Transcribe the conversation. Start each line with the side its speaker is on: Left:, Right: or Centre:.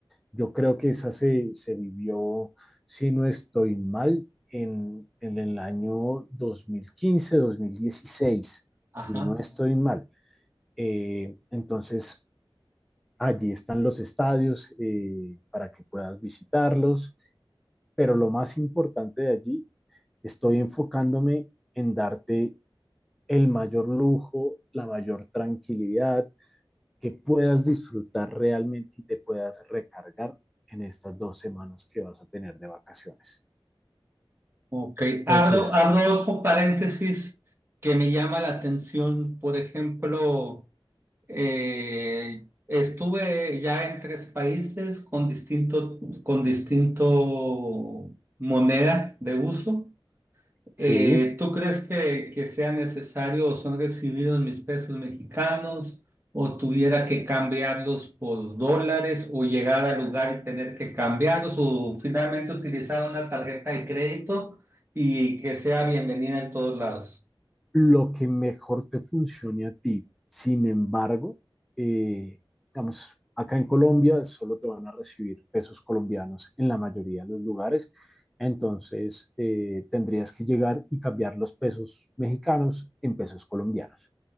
Centre: yo creo que esa se, se vivió, si no estoy mal, en, en el año dos dos mil quince mil dieciséis
Right: Ajá.
Centre: si no estoy mal. Eh, entonces, allí están los estadios eh, para que puedas visitarlos, pero lo más importante de allí, estoy enfocándome en darte el mayor lujo, la mayor tranquilidad, que puedas disfrutar realmente y te puedas recargar en estas dos semanas que vas a tener de vacaciones.
Right: Ok. Abro,
Centre: Entonces,
Right: abro otro paréntesis que me llama la atención. Por ejemplo. Eh, estuve ya en tres países con distinto, con distinto moneda de uso.
Centre: sí,
Right: Eh, ¿tú crees que, que sea necesario o son recibidos mis pesos mexicanos o tuviera que cambiarlos por dólares o llegar al lugar y tener que cambiarlos o finalmente utilizar una tarjeta de crédito y que sea bienvenida en todos lados?
Centre: lo que mejor te funcione a ti. Sin embargo, eh, digamos, acá en Colombia solo te van a recibir pesos colombianos en la mayoría de los lugares. Entonces, eh, tendrías que llegar y cambiar los pesos mexicanos en pesos colombianos.